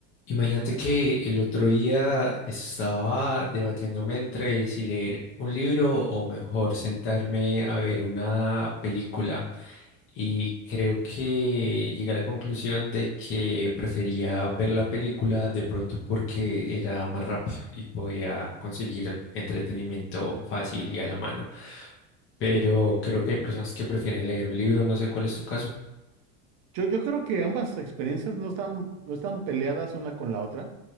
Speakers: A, on the left (about 35°); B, on the right (about 65°).
A: Imagínate que el otro día estaba debatiéndome entre si leer un libro o mejor sentarme a ver una película y creo que llegué a la conclusión de que prefería ver la película de pronto porque era más rápido y podía conseguir entretenimiento fácil y a la mano. Pero
B: Sí,
A: creo que hay personas que prefieren leer un libro, no sé cuál es tu caso.
B: yo, yo creo que ambas experiencias no están, no están peleadas una con la otra,